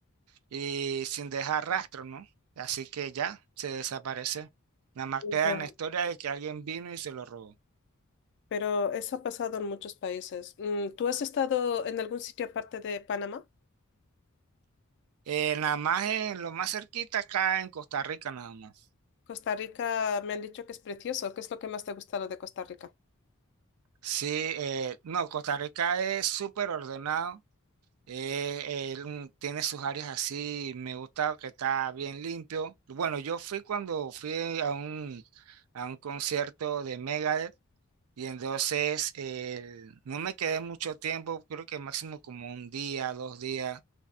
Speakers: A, on the right (about 75°); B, on the left (about 50°).
A: y sin dejar rastro, ¿no? Así que ya se desaparece. Nada más queda
B: Ya.
A: en la historia de que alguien vino y se lo robó.
B: Pero eso ha pasado en muchos países. Mm, ¿Tú has estado en algún sitio aparte de Panamá?
A: Eh, nada más en lo más cerquita acá en Costa Rica, nada más.
B: Costa Rica me han dicho que es precioso. ¿Qué es lo que más te ha gustado de Costa Rica?
A: Sí, eh, no, Costa Rica es súper ordenado, eh, eh, un- tiene sus áreas así, me gusta que está bien limpio. Bueno, yo fui cuando fui a un, a un concierto de Megadeth y entonces el- no me quedé mucho tiempo, creo que máximo como un día, dos días,